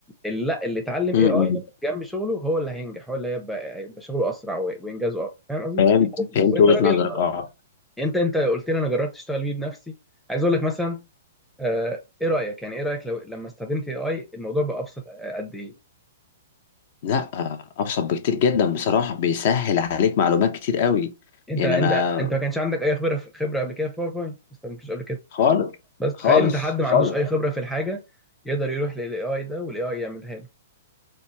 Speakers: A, in the centre; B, on the left.
A: اللي لا اللي اتعلم
B: امم
A: اي اي جنب شغله هو اللي هينجح هو اللي هيبقى هيبقى شغله اسرع و- وانجازه اقوى فاهم قصدي؟
B: فهمت فهمت
A: وانت
B: وجهة
A: راجل
B: نظرك اه
A: انت انت قلت لي انا جربت اشتغل بيه بنفسي عايز اقول لك مثلا آه، ايه رايك يعني ايه رايك لو لما استخدمت اي اي الموضوع بقى ابسط آه، قد ايه
B: لا آه، ابسط بكتير جدا بصراحة بيسهل عليك معلومات كتير قوي
A: انت
B: يعني
A: انت
B: انا
A: انت ما كانش عندك اي خبره خبره قبل كده في باوربوينت ما استخدمتوش قبل كده
B: خالص
A: بس
B: خالص
A: تخيل انت حد ما
B: خالص
A: عندوش اي خبره في الحاجه يقدر يروح للاي اي ده والاي اي يعملها له